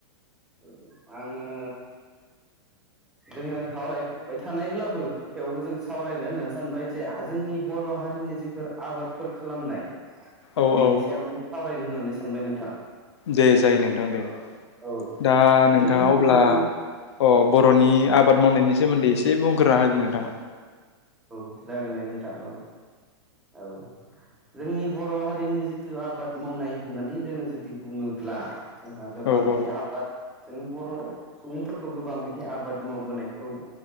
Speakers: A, in the centre; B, on the left (about 75°).
A: औ आङो जोङो सावरायबाय थानायब्लाबो थेवबो जों सावरायनो होननानै सानबाय जे जोंनि बर' बर' हारिनि जिफोर आबादफोर खालामनाय । जों
B: औ
A: बेनि
B: औ
A: सायावनो सावरायनो होननानै सानबाय नोंथां।
B: दे जायो नोंथां दे।
A: औ औ
B: दा नोंथाङा
A: जोंनि
B: अब्ला
A: बर'नि
B: अ बर'नि आबाद मावनायनि सोमोन्दै इसे बुंगोरा होदो नोंथां।
A: औ जागोन दे नोंथां औ औ। जोंनि बर' हारिनि जिथु आबाद मावनाय होननानै जोङो जुदि बुङोब्ला जोंहा गोबां
B: औ औ
A: बिदि आबाद जों बर' सुबुंफोरखौ गोबां बिदि आबाद मावबोनायखौ